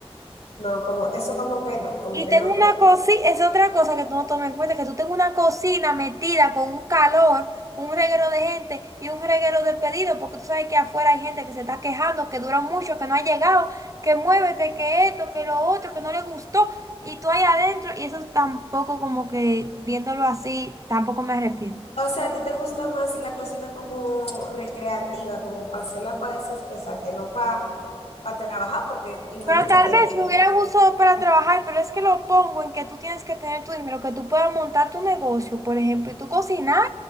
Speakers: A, on the left; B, on the right.
A: No, como eso como que no, como
B: Y
A: que
B: tengo
A: no.
B: una
A: cuadra.
B: cocina, es otra cosa que tú no tomas en cuenta, que tú tengo una cocina metida con un calor, un reguero de gente y un reguero de pedidos, porque tú sabes que afuera hay gente que se está quejando, que dura mucho, que no ha llegado, que muévete, que esto, que lo otro, que no le gustó, y tú ahí adentro, y eso tampoco como que viéndolo así, tampoco me arrepiento.
A: O sea, a ti te gusta más la cocina como recreativa, como para hacerla para desestresarte, no para para trabajar, porque imagínate
B: Pero tal vez
A: el que...
B: me hubiera gustado para trabajar, pero es que lo pongo en que tú tienes que tener tu dinero, que tú puedas montar tu negocio, por ejemplo, y tú cocinar